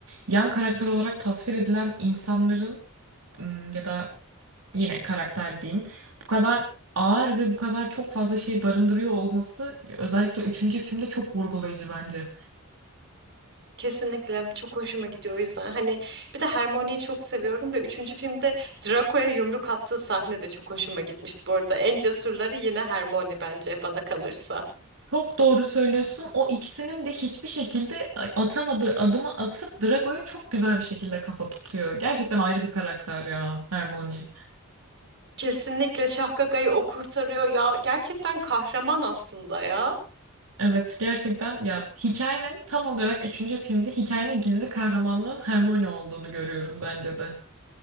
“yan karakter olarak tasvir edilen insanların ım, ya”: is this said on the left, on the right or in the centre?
Right